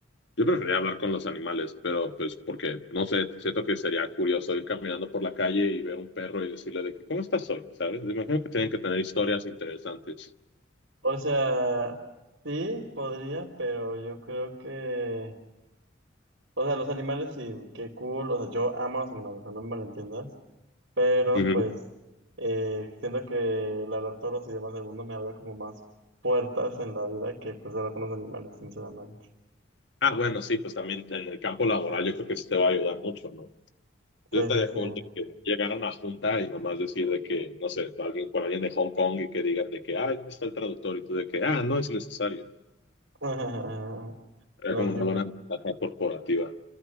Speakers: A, on the left (about 60°); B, on the right (about 70°).
A: Yo preferiría hablar con los animales, pero pues porque, no sé, siento que sería curioso ir caminando por la calle y ver un perro y decirle de que, ¿cómo estás hoy? ¿Sabes? Me imagino que tienen que tener historias interesantes.
B: O sea, sí, podría, pero yo creo que... O sea, los animales sí, qué cool. O sea, yo amo a los animales, o sea, no me malentiendas. Pero
A: Ujú.
B: pues, eh, siento que el hablar todos los idiomas del mundo me abre como más puertas en la vida que pues hablar con los animales, sinceramente.
A: Ah, bueno, sí, pues también en el campo laboral yo creo que sí te va a ayudar mucho, ¿no? Yo
B: Sí,
A: estaría
B: sí, sí.
A: cool de que llegara a una junta y nomás decir de que, no sé, alguien con alguien de Hong Kong y que digan de que, ay, ¿dónde está el traductor? Y tú de que, ah, no es necesario.
B: <laughs>
A: Era
B: No,
A: como
B: sí,
A: una
B: pues.
A: buena ventaja corporativa.